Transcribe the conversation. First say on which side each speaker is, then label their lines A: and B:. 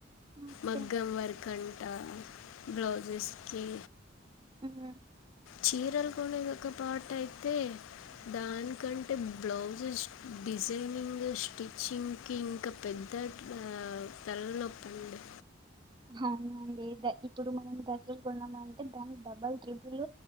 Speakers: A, on the right (about 25°); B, on the left (about 85°).
A: ఓకే
B: మగ్గం వర్క్ అంట బ్లౌజెస్కి
A: మ్
B: చీరలు కొనేది ఒక పట్ అయితే దానికంటే బ్లౌజస్ డిజైనింగ్ స్టిచ్చింగ్ కి ఇంకా పెద్ ద్ద అ తలా నొప్పి అండి
A: అవునండి ద ఇప్పుడు మనం డ్రెస్సెస్ కొన్నమంటే దానికి డబల్ ట్రిపుల్